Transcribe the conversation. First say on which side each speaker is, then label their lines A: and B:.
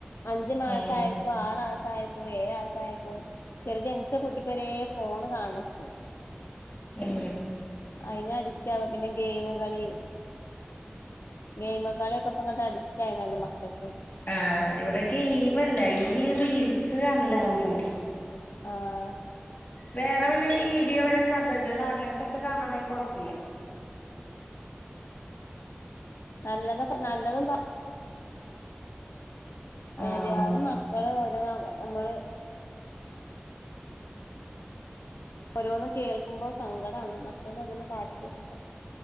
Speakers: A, on the left; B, on the left.
A: അഞ്ച് മാസാ
B: ഉം
A: യോൽക്കും ആറാസായോൽക്കും ഏഴാസാ യോൽക്കും ചെറിയ ജനിച്ച കുട്ടി ക്ക് വരേ ഫോണ് കാണണം ഇപ്പം
B: ഉം
A: അയിന് അടിക്റ്റാവാ. പിന്നെ ഗെയിമ് കളിയേ ഗെയിമ് കളിയൊക്കപ്പങ്ങട്ട് അടിക്റ്റായിണല്ലൊ മക്കക്ക്
B: ആഹ്. ഇവടെ ഗെയിം അല്ല ഈ റീൽസ് കാണലാണ് പരിപാടി.
A: ആഹ്
B: വേറെ വല്ല വീഡിയോ വല്ല കഥകളാ അങ്ങൻത്തൊക്ക കാണാണെ കൊഴപ്പില്ല.
A: നല്ലതൊക്ക നല്ലതൊന്നും കാ
B: ആഹ്
A: ഏതിയാലും മ ക്കള് ഓരോ ന്ന് നമ്മള് ഓരോന്ന് കേൾക്കുമ്പോ സങ്കടാണ് മക്കൾ ഓരോന്ന് കാട്ടിക്കൂട്ടുമ്പം